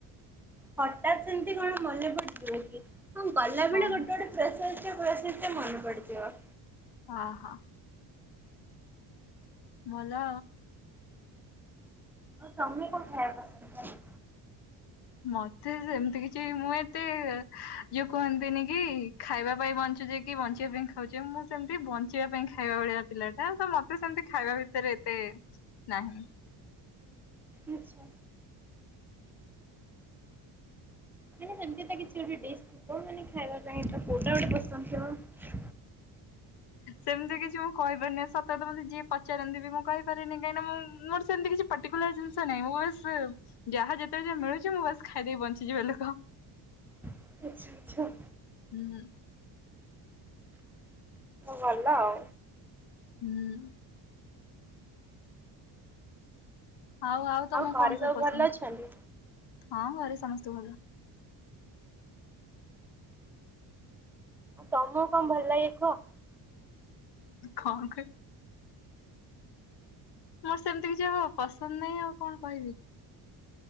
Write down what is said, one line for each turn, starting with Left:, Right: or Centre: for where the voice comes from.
Centre: ହଠାତ୍ ସେମିତି କଣ ମାନେପଡି ଯିବା କି ହଁ ଗଲାବେଳେ
Left: ଓହୋ
Centre: ଗୋଟେ ଗୋଟେ <unintelligible> ମନେ ପଡ଼ିଯିବ।
Left: ହ ହଁ। ଭଲ।
Centre: ତମେ କଣ ଖାଇବା ପସନ୍ଦ କର।
Left: ମତେ ସେମିତି କିଛି ମୁଁ ଏତେ ଇଏ କୁହନ୍ତିନି କି ଖାଇବା ପାଇଁ ବଞ୍ଚୁଚେ କି ବଞ୍ଚିବା ପାଇଁ ଖାଉଚେ ମୁଁ ସେମିତି ବଞ୍ଚିବା ପାଇଁ ଖାଇବା ଭଳିଆ ପିଲା ନା ତ ମତେ ସେମିତି ଖାଏବେ ଭିତରେ ଏତେ ନାହିଁ।
Centre: ଆଚ୍ଛା। ସେମତି ତ କିଛି ଗୋଟେ ଡି ଥିବ ମାନେ ଖାଇବା ପାଇଁ ତ କୋଉଟା ଗୋଟେ ପସନ୍ଦ ଥିବ।
Left: ସେମିତି କିଛି ମୁଁ କହିପାରୁନି ସତଥା ମତେ ଯିଏ ପଚାରନ୍ତି ବି ମୁଁ କହିପାରିନି କାହିଁକିନା ମୁଁ ମୋର ସେମିତି କିଛି ପର୍ଟିକୁଲର ଜିନିଷ ନାହିଁ ମୁଁ ବାସ ଯାହା ଯେତେବେଳେ ଯାହା ମିଳୁଛି ମୁଁ ବାସ୍ ଖାଇଦେଇି ବଞ୍ଚିଯିବା ଲୋକ।
Centre: ଆଚ୍ଛା ଆଚ୍ଛା।
Left: ହୁଁ ହୁଁ।
Centre: ଭଲ ଆଉ।
Left: ହୁଁ। ଆଉ ଆଉ ତମକୁ
Centre: ଘରେ
Left: କଣ ସବୁ ପସନ୍ଦ,
Centre: ଭଲ ଅଛନ୍ତି?
Left: ହଁ ଘରେ ସମସ୍ତେ ଭଲ।
Centre: ଆଉ ତମକୁ କଣ ଭଲ ଲାଗେ କୁହ?
Left: କଣ କହିବି? ମୋର ସେମିତି କିଛି ପସନ୍ଦ ନାହିଁ ଆଉ କଣ କହିବି।